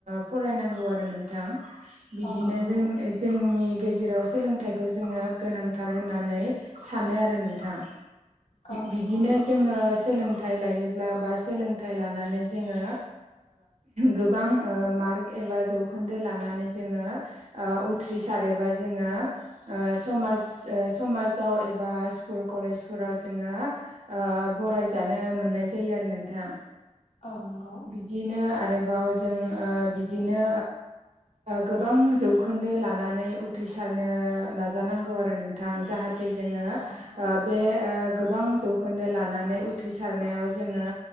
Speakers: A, on the right (about 65°); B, on the left (about 65°).
A: फरायनांगौ आरो नोंथां बिदिनो
B: औ नंगौ
A: जों जोंनि गेजेराव सोलोंथाइखौ जोङो गोनांथार होननानै सानो आरो नोंथां
B: औ
A: बिदिनो
B: नंगौ
A: जोङो सोलोंथाइ लायोब्ला बा सोलोंथाइ लानानै जोङो गोबां मार्क एबा जौखोन्दो लानानै जोङो उथ्रि सारोबा जोङो समाज समाजाव एबा स्कुल कलेजफोराव जोङो बरायजानो मोननाय जायो आरो नोंथां।
B: औ नंगौ।
A: बिदिनो आरोबाव जों बिदिनो गोबां जौखोन्दो लानानै उथ्रिसारनो नाजानांगौ आरो नोंथां जाहाथे जे जोङो
B: औ नंगौ
A: बे गोबां जौखोन्दो लानानै उथ्रिसारनायाव जोङो